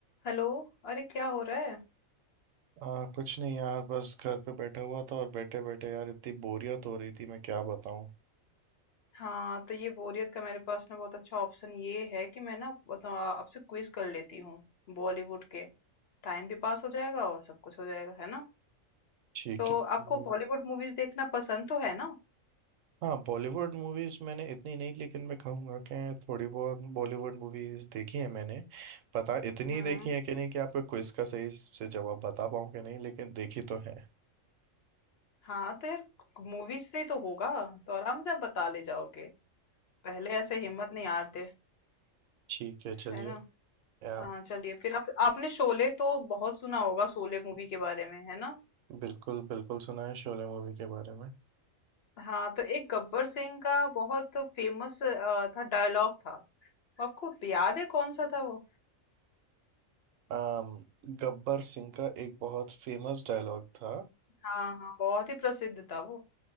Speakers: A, on the left; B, on the right.
A: Hello अरे क्या हो रहा है
B: आ, कुछ नहीं यार बस घर पे बैठा हुआ था और बैठे बैठे यार इतनी बोरियत हो रही थी मैं क्या बताऊं
A: हाँ तो ये बोरियत का मेरे पास ना बहुत अच्छा ऑप्शन ये है कि मैं ना बता- आपसे क्विज कर लेती हूँ बॉलीवुड के टाइम भी पास हो जाएगा और सब कुछ हो जाएगा है ना
B: ठीक
A: तो
B: है
A: आपको
B: वो-
A: बॉलीवुड मूवीज देखना पसंद तो है ना
B: हाँ बॉलीवुड मूवीज मैंने इतनी नहीं लेकिन मैं कहूँगा कि थोड़ी बहुत बॉलीवुड मूवीज देखी है मैंने पता इतनी
A: हम्म
B: देखी है कि नहीं कि आपको क्विज का सही से जवाब बता पाऊँ कि नहीं लेकिन देखी तो है
A: हाँ तो यार मूवीज से ही तो होगा तो आराम से आप बता ले जाओगे पहले ऐसे हिम्मत नहीं हारते
B: ठीक है चलिए
A: है ना
B: ये
A: हाँ
B: आप
A: चलिए फिर आप आपने शोले तो बहुत सुना होगा शोले मूवी के बारे में है ना
B: बिल्कुल बिल्कुल सुना है शोले मूवी के बारे में
A: हाँ तो एक गब्बर सिंह का बहुत फेमस था डायलॉग था आपको याद है कौन सा था वो
B: अम गब्बर सिंह का एक बहुत फेमस डायलॉग था
A: हाँ हाँ बहुत ही प्रसिद्ध था वो